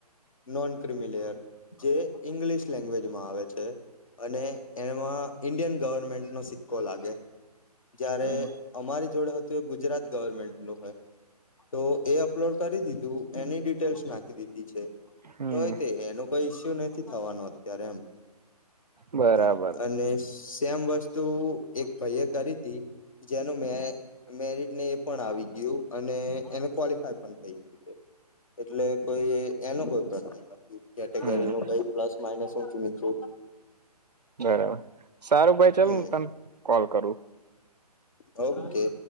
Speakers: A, on the left; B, on the right.
A: નોન ક્રિમિલેયર જે ઈંગ્લિશ લેન્ંગ્વેજમાં આવે છે. અને એમાં ઈન્ડિયન ગવર્મેન્ટ ન સિક્કો લાગે જ્યારે
B: હમ
A: અમારી જોડે હતું એ ગુજરાત ગવર્મેન્ટ નું હોય તો એ અપલોડ કરી દીધું એની ડિટેલ્સ નાખી દીધી છે
B: હમ
A: તોય તે એનું કોઈ ઈસ્યુ નથી થવાનું અત્યારે એમ
B: બરાબર
A: હા અને સેમ વસ્તુ એક ભાઈ એ કરી હતી જેનું મેં મેરિટ ને એ પણ આવી ગયું અને એને ક્વોલિફાય પણ થઈ ગયું છે. એટલે કોઈ એનો કોઈ પ્ર નથી કેટેગરી
B: હમ
A: ન કઈ પ્લસ માઇનસ ઊશું નીચું
B: બરાબર સારું ભાઈ ચાલ
A: હમ
B: હું તને કોલ કરું
A: ઓકે